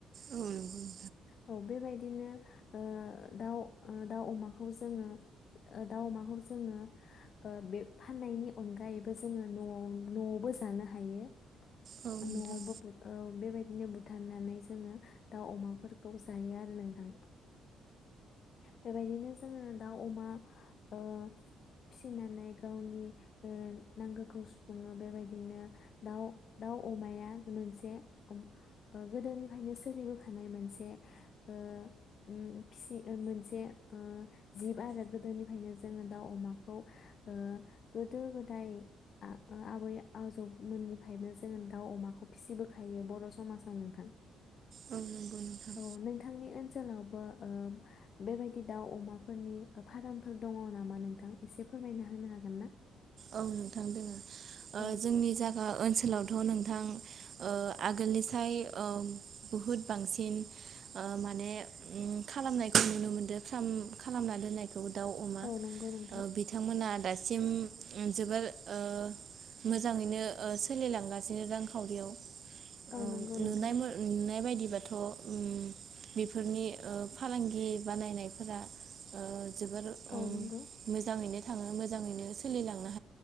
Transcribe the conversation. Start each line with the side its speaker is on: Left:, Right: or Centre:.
Right: औ नंगौ नोंथां
Left: औ बेबायदिनो ओ दाउ ओ दाउ अमाखौ जोङो ओ दाउ अमाखौ जोङो ओ बे फाननायनि अनगायैबो जोङो नआव नआवबो जानो हायो।
Right: औ नोंथां।
Left: नआवबो ओ बेबा बिदिनो बुथारनानै जोङो दाउ अमाफोरखौ जायो आरो नोंथां बेबायदिनो जोङो दाउ अमा ओ फिसिनानै गावनि ओ नांगौखौ सुफुङो बेबायदिनो दाउ दाउ अमाया मोनसे ओ गोदोनिफ्रायनो सोलिबोखानाय मोनसे ओ उम फिसि ओ मोनसे ओ जिब आरो गोदोनिफ्रायनो जोङो दाउ अमाखौ। ओ गोदो गोदाय आबै आजौमोननिफ्रायबो जोङो दाउ अमाखौ फिसिबोखायो बर समाजाव नोंथां
Right: औ नंगौ नोंथां
Left: औ नोंथांनि ओनसोलावबो ओ बेबायदि दाउ अमाफोरनि फारमफोर दङ नामा नोंथां एसे फोरमायना होनो हागोन ना?
Right: औ नोंथां दङ ओ
Left: औ
Right: जोंनि जा ओ ओनसोलावथ' नोंथां ओ आगोलनिसाय ओ बहुद बांसिन ओ माने खालामनायखौ नुनो मोनदों फार्म खालामना दोन्नायखौ। खौ दाउ अमा
Left: औ नंगौ नोंथां
Right: बिथांमोना दासिम। जोबोर ओ मोजाङैनो ओ सोलिलांगासिनो रांखावरियाव।
Left: औ
Right: अ
Left: नंगौ नोंथां
Right: नुनाय नुनाय बायदि दिबाथ उम बेफोरनि ओ फालांगि बानायनायफोरा ओ। जोबोर
Left: औ नंगौ
Right: मोजाङैनो। थाङो मोजाङैनो। <inaudible>